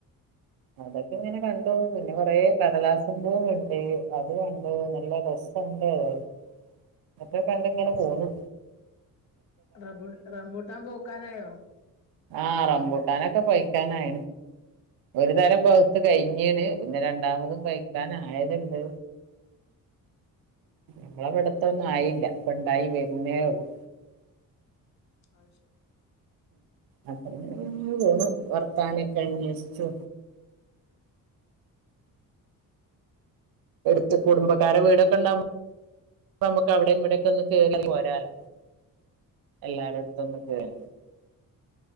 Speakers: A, on the right (about 85°); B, on the left (about 55°).
A: അതൊക്കെ ഇങ്ങനെ കണ്ടു പിന്നെ കൊറെ കടലാസപൂ ഉണ്ട് അത് കണ്ടു നല്ല രസ പോണ്ടേ അതെ മറ്റേ കണ്ടിങ്ങനെ പോന്ന്
B: റംബ റംബൂട്ടാൻ പൂക്കാനായോ
A: ആ റംബൂട്ടാനൊക്കെ പഴിക്കാക്കാനായി ഒരു തരം പുഴുത്ത് കഴിഞ്ഞീണ് പിന്നെ രണ്ടാമതും പഴുക്കാൻ ആയതുണ്ട്
B: ഉം
A: ഞങ്ങടെ അവിടു- അത്തൊന്നും ആയില്ല ഉണ്ടായി വരുന്നേുയുള്ളൂ
B: അ ശരി
A: അപ്പ പോന്നു വർത്താനൊക്കെ അന്വേഷിച്ചു അടുത്ത് കുടുംബക്കാരെ വീടൊക്കെ ഉണ്ടാവുമ്പോ നമ്മുക്ക് അവിടെയും ഇവിടെക്കെ ഒന്ന് കേറി പോരാലോ എല്ലാരോടും പത്തന്നൊക്ക <unintelligible>